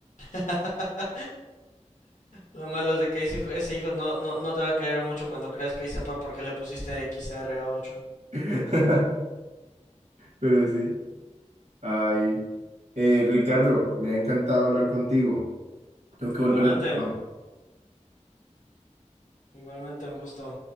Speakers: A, on the left; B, on the right.
A: <laughs> Lo malo es de que ese hijo, ese hijo no, no, no te va a querer mucho cuando creas que sepa por qué le pusiste xr ocho
B: <laughs> Pero sí. Ay. Eh, Ricardo, me ha encantado hablar contigo. Tengo que
A: Igualmente,
B: volver al trabajo.
A: igualmente un gusto.